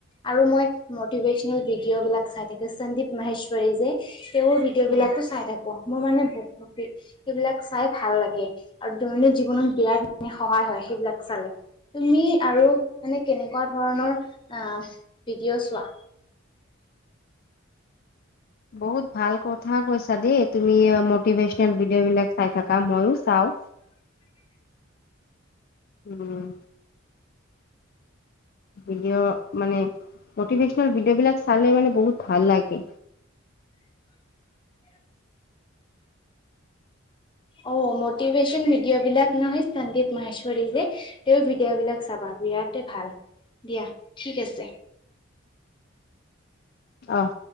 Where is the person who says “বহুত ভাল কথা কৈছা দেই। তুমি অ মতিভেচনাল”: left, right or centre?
Left